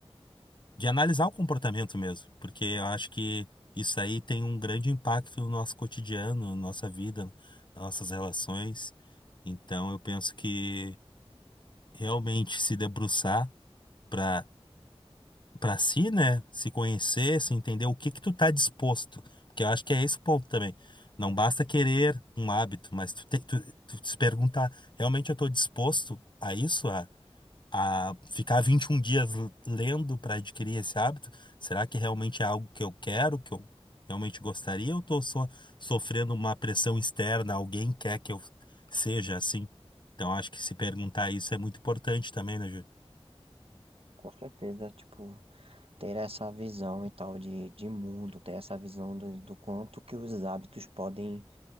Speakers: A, on the left; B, on the right.
A: de analisar o comportamento mesmo, porque eu acho que isso aí tem um grande impacto no nosso cotidiano, na nossa vida, nas nossas relações. Então, eu penso que realmente se debruçar para para si, né? Se conhecer, se entender o que que tu tá disposto. Porque eu acho que é esse o ponto também. Não basta querer um hábito, mas tu tem tu, tu se perguntar, realmente eu tô disposto a isso, a a ficar 21 dias l- lendo para adquirir esse hábito? Será que realmente é algo que eu quero, que eu realmente gostaria, ou tô só sofrendo uma pressão externa, alguém quer que eu seja assim? Então acho que se perguntar isso é muito importante também, né,
B: Com certeza, tipo, ter essa visão e tal de, de mundo, ter essa visão do, do quanto que os hábitos podem